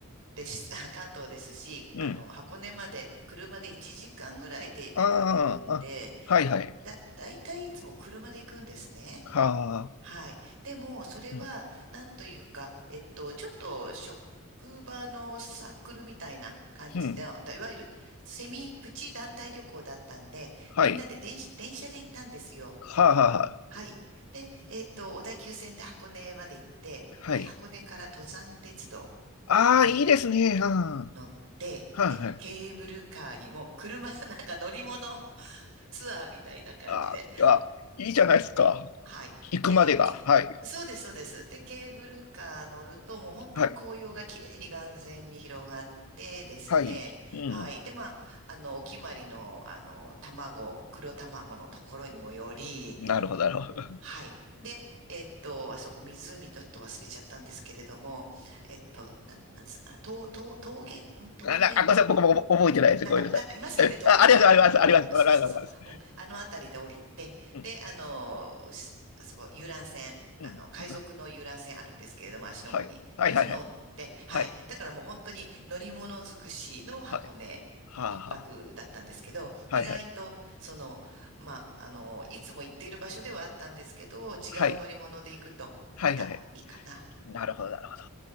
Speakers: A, on the right; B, on the left.
A: です、<laughs> 関東ですし、
B: うん。
A: あの、箱根まで車で1時間ぐらいで行かれるんで、
B: ああ、あ、はいはい。
A: だ、だいたいいつも車で行くんですね。
B: はあ、
A: はい。でも、それは、
B: うん、
A: なんというか、えっと、ちょっと職場のサークルみたいな感じで、
B: うん。
A: だいわゆるセミプチ団体旅行だったんで、
B: はい。
A: みんなで電車、電車で行ったんですよ。
B: はあ、はあ、
A: はい。で、えっと、小田急線で箱根まで行って、
B: はい。
A: で、箱根から登山鉄道
B: ああ、
A: に
B: いいですね。うんは
A: 乗って、
B: いはい。
A: で、ケーブルカーにも、車、なんか乗り物 <laughs> ツアーみたいな感じで、
B: あーあ、いいじゃないですか。
A: はい。
B: 行くまでが。
A: で、け、
B: はい。
A: そうです、そうです。で、ケーブルカー乗ると、もう本当に紅葉が綺麗に眼前に広がってですね。
B: はい。はい。うん。
A: はい。で、まあ、あの、お決まりの、あの、卵、黒卵のところにもより、
B: なるほど、なるほど。
A: はい。で、えっと、あそこ湖ちょっと忘れちゃったんですけれども、えっと、なん、なんつったかな、とうとう桃源、ん桃源湖、
B: <laughs> あ、なあごめんなさい。僕も覚えてないです。
A: となんか、
B: ごめんなさい。
A: な、ありますよね、
B: え、
A: 桃源台。
B: あ、ありがとう、あります、
A: うん、もう、
B: ありがとうございます。
A: そうそうそう。
B: ありがとうございます。
A: うん、あのあたりで降りて、
B: うん。
A: で、あのー、しあそこ、遊覧船、
B: うん。
A: あの、海賊の遊覧船あるんですけれども、
B: うん
A: 芦ノ湖に。
B: はい。はい、はい、
A: その乗って、
B: はい。
A: はい。
B: はい。
A: だからもう本当に乗り物尽くしの箱根一泊だったんですけど、
B: はい。はあ、はあ。
A: 意外と、
B: はい、はい。
A: その、まあ、あのー、いつも行っている場所ではあったんですけど、違う乗り物で行くと、
B: はい。はい、
A: またいいかな。
B: はい。なるほど、なるほど。